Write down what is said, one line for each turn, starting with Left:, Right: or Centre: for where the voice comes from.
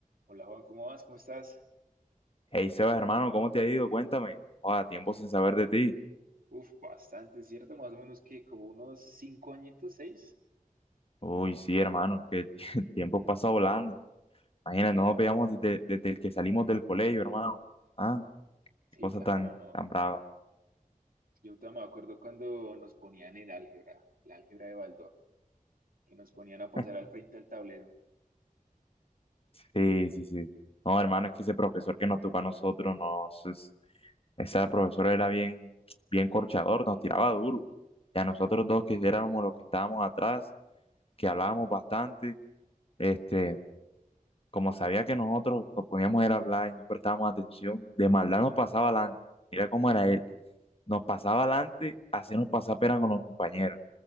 Right: Hola Juan, ¿cómo vas? ¿Cómo estás?
Left: Hey Sebas, hermano, ¿cómo te ha ido? Cuéntame. Joda, tiempo sin saber de ti.
Right: Uf, bastante, ¿cierto? Más o menos que como unos cinco añitos, seis.
Left: Uy, sí, hermano, es que <laughs> el tiempo pasa volando. Imagínate, no
Right: Ah,
Left: nos veíamos desde, desde el que salimos del colegio, hermano. Ah,
Right: sí,
Left: qué cosa
Right: claro,
Left: tan,
Right: no.
Left: tan brava.
Right: Yo todavía me acuerdo cuando nos ponían el álgebra, la álgebra de Baldor, que nos ponían a pasar
Left: <laughs>
Right: al frente al tablero.
Left: Sí, sí, sí. No, hermano, es que ese profesor que nos tocó a nosotros, no, eso es- ese profesor era bien, bien corchador, nos tiraba duro. Y a nosotros dos que éramos los que estábamos atrás, que hablábamos bastante, este. Como sabía que nosotros nos poníamos era a hablar y no prestábamos atención, de maldad nos pasaba adelante. Mira cómo era él. Nos pasaba adelante, hacíamos pasar pena con los compañeros.